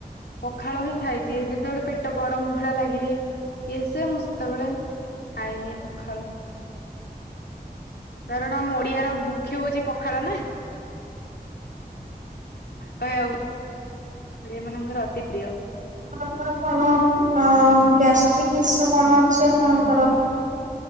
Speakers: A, on the left; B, on the right.
A: ପଖାଳ ହିଁ ଖାଇଦିଏ। ଯେତେବେଳେ ପେଟ ଗରମ୍ ଭଳିଆ ଲାଗେ ହି। ଇଏ ସେ ମୁଁ ସେତେବେଳେ ଖାଇନିଏ ପଖାଳ। କାରଣ ମୁଁ ପିଆର ମୁଖ୍ୟ ହଉଚି ପଖାଳ ନା। କହିବାକୁ ଗ, ଓଡିଆ ମାନଙ୍କର ଅତି ପ୍ରିୟ।
B: ଆପଣଙ୍କର କଣ ଅ ଗ୍ୟାଷ୍ଟ୍ରିକୁ ଇସୁ କଣ ଅଛି ଆପଣଙ୍କର?